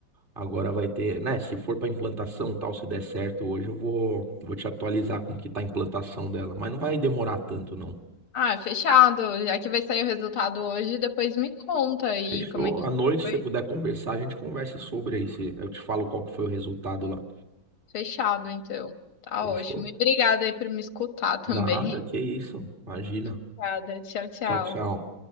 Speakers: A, on the right; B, on the left.
A: agora vai ter, né? Se for para implantação, tal, se der certo hoje, eu vou, vou te atualizar como que tá a implantação dela. Mas não vai demorar tanto, não.
B: Ah, fechado. Já que vai sair o resultado hoje, depois me conta aí
A: Fechou?
B: como é que
A: À noite, se
B: foi.
A: você puder conversar, a gente conversa sobre aí. se- Eu te falo qual que foi o resultado lá.
B: Fechado, então. Tá
A: Fechou?
B: ótimo. E obrigada aí por me escutar também.
A: Nada, que isso. Imagina.
B: <laughs> Obrigada. Tchau, tchau.
A: Tchau, tchau.